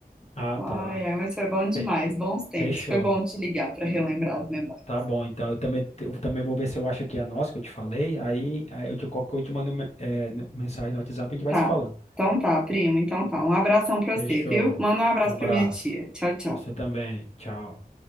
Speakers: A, on the left (about 45°); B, in the centre.
A: Ah,
B: Ai,
A: tá.
B: ai, mas foi bom demais,
A: Fe-
B: bons tempos.
A: Fechou.
B: Foi bom te ligar pra relembrar as memórias.
A: Tá bom, então eu também, eu também vou ver se eu acho aqui a nossa que eu te falei. Aí, aí eu te, qualquer coisa eu te mando me- eh, no- mensagem no WhatsApp e a gente vai
B: Tá.
A: se falando.
B: Então tá, primo. Então tá. Um abração pra
A: Fechou.
B: você, viu? Manda um abraço
A: Um abraço.
B: pra minha tia. Tchau, tchau.
A: Você também. Tchau.